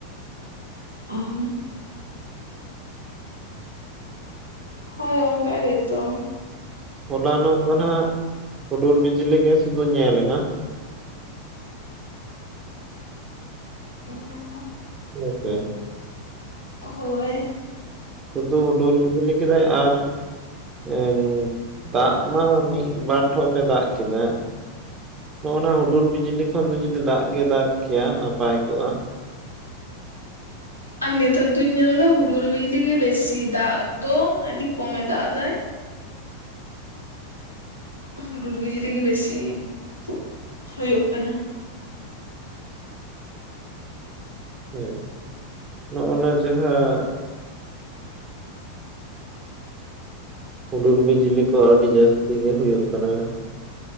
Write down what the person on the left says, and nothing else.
<unintelligible> ᱦᱳᱭ ᱚᱝᱠᱟ ᱜᱮᱛᱚ ᱾
<unintelligible>
ᱦᱳᱭ ᱾
ᱟᱨ ᱱᱮᱛᱟᱨ ᱫᱩᱧ ᱧᱮᱞ ᱮᱫᱟ ᱦᱩᱰᱩᱨ ᱵᱤᱡᱽᱞᱤ ᱜᱮ ᱵᱮᱥᱤ ᱫᱟᱜ ᱫᱚ ᱟᱹᱰᱤ ᱠᱚᱢᱮ ᱫᱟᱜ ᱟᱫᱟᱭ ᱾ ᱦᱩᱰᱩᱨ ᱵᱤᱡᱽᱞᱤ ᱜᱮ ᱵᱮᱥᱤ ᱛᱩᱜ ᱦᱳᱭᱳᱜ ᱠᱟᱱᱟ ᱾